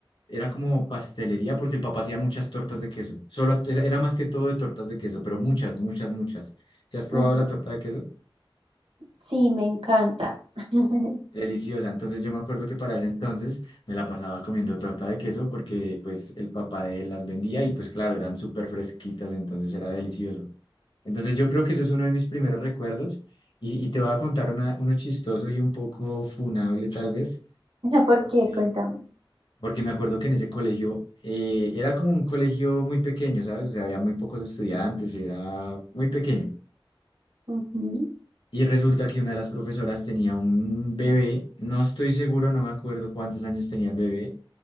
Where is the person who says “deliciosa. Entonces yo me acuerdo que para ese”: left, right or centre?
Left